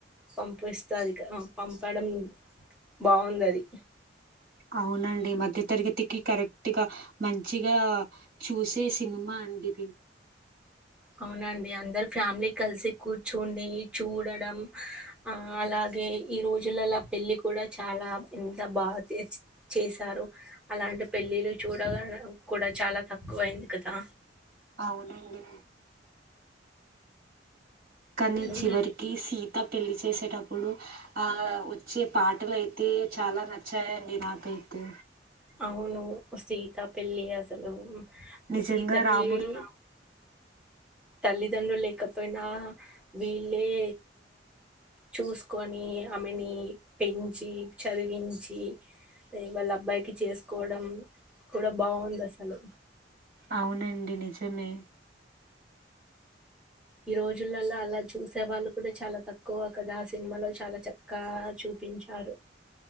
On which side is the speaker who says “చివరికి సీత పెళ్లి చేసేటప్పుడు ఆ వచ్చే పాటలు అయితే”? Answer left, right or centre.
Right